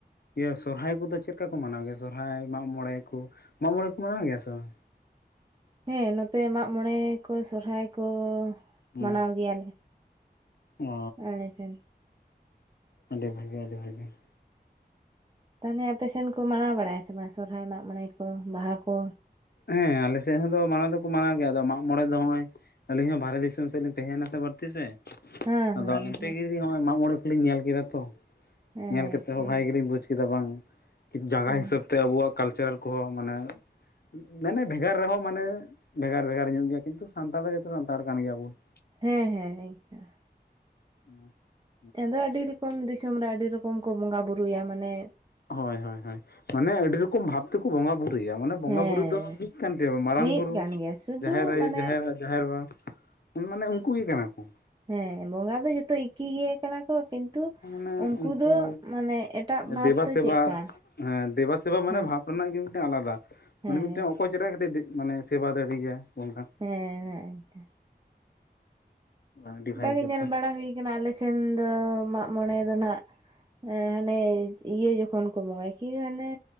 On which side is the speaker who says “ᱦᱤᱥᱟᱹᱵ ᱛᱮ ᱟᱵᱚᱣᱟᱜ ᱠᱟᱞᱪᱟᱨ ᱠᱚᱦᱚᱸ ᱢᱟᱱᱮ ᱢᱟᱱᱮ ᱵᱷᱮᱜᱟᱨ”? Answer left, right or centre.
Left